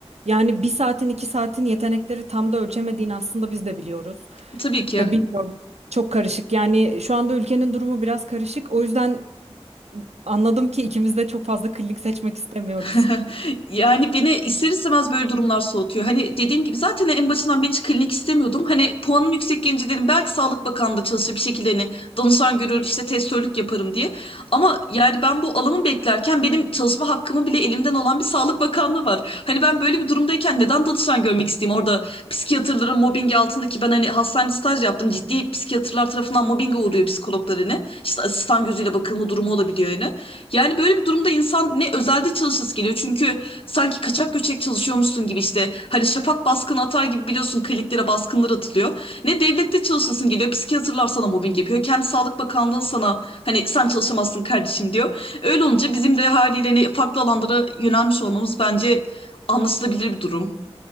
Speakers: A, on the right; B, on the left.
A: yani bir saatin iki saatin yetenekleri tam da ölçemediğini aslında biz de biliyoruz.
B: Tabii ki.
A: Ee, bilmiyorum. Çok karışık. Yani şu anda ülkenin durumu biraz karışık. O yüzden anladım ki ikimiz de çok fazla klinik seçmek istemiyoruz.
B: <laughs> Yani beni ister istemez böyle durumlar soğutuyor. Hani dediğim gibi zaten en başından ben hiç klinik istemiyordum. Hani puanım yüksek gelince dedim belki Sağlık Bakanlığı'nda çalışır bir şekilde hani danışan görür işte testörlük yaparım diye. Ama yani ben bu alımı beklerken benim çalışma hakkımı bile elimden alan bir Sağlık Bakanlığı var. Hani ben böyle bir durumdayken neden danışan görmek isteyeyim? Orada psikiyatrların mobbingi altındaki ben hani hastane staj yaptım. Ciddi psikiyatrlar tarafından mobbinge uğruyor psikologlar hani. İşte asistan gözüyle bakılma durumu olabiliyor yani. Yani böyle bir durumda insan ne özelde çalışası geliyor. Çünkü sanki kaçak göçek çalışıyormuşsun gibi işte hani şafak baskını atar gibi biliyorsun kliniklere baskınlar atılıyor. Ne devlette çalışasın geliyor. Psikiyatrlar sana mobbing yapıyor. Kendi Sağlık Bakanlığı'nın sana hani sen çalışamazsın kardeşim diyor. Öyle olunca bizim de haliyle hani farklı alanlara yönelmiş olmamız bence anlaşılabilir bir durum.